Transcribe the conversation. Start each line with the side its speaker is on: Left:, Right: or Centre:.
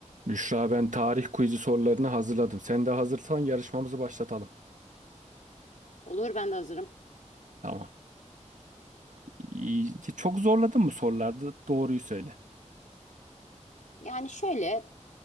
Right: Büşra ben tarih quizi sorularını hazırladım. Sen de hazırsan yarışmamızı başlatalım.
Left: Olur ben de hazırım.
Right: Tamam. İyi. Çok zorladın mı sorularda? Doğruyu söyle.
Left: Yani şöyle